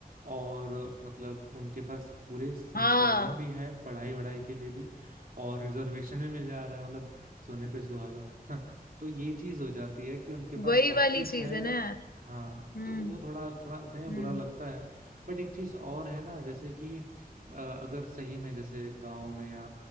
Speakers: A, on the right; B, on the left.
A: और मतलब उनके पास पूरे संसाधन
B: हाँ
A: भी हैं पढ़ाई वढ़ाई के लिए भी और रिजर्वेशन भी मिल जा रहा है मतलब सोने पे सुहागा <laughs> तो ये चीज हो जाती है कि उनके पास
B: वही
A: सब
B: वाली
A: कुछ
B: चीज
A: है
B: है ना यार
A: हाँ
B: हम्म
A: तो वो थोड़ा थोड़ा सही में
B: हम्म
A: बुरा लगता है बट एक चीज और है ना जैसे कि अ, अगर सही में जैसे गांव में या